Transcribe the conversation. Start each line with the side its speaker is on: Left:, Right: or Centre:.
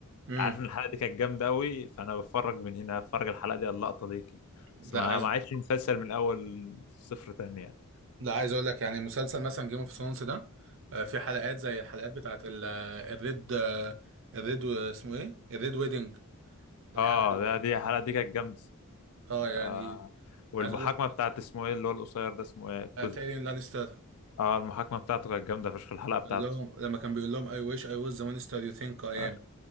Right: امم
Left: عارف ان الحلقه دي كانت جامده قوي فانا بتفرج من هنا اتفرج على الحلقه دي على اللقطه دي كده
Right: لا
Left: بس ما
Right: عايز
Left: ما عادش المسلسل من الاول صفر تاني يعني
Right: لا عايز اقول لك يعني مسلسل مثلا جيم اوف ثرونز ده آه، في حلقات زي الحلقات بتاعت ال- آه، الريد آه، الريد و- اسمه ايه الريد ويدنج الحلقه
Left: اه لا دي الحلقه دي كانت جامده
Right: اه
Left: آه
Right: يعني
Left: والمحاكمه
Right: عايز اقول لك
Left: بتاعت اسمه ايه اللي هو القصير ده اسمه ايه الكز
Right: آه، تايرين لانستر
Left: اه المحاكمه بتاعته كانت جامده فشخ الحلقه بتاعته
Right: اللي هم لما كان بيقول لهم I wish I was the monster you think I
Left: آه
Right: am